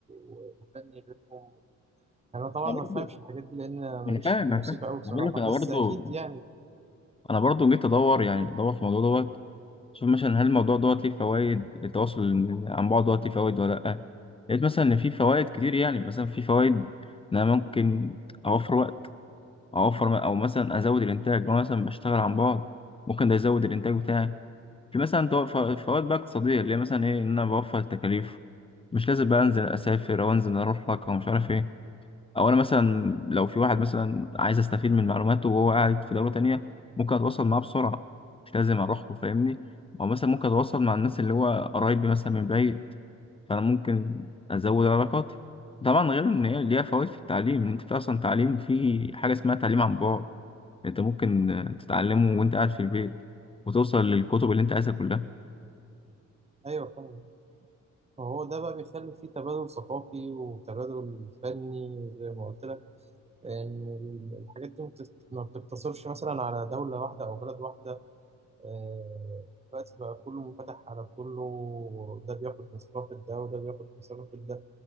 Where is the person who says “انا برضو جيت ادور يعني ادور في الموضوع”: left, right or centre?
Left